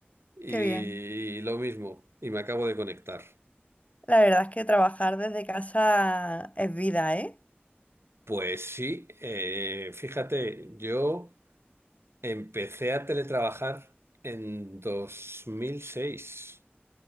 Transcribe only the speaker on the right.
y,
lo mismo, y me acabo de conectar.
Pues sí, eh, fíjate, yo empecé a teletrabajar en 2006.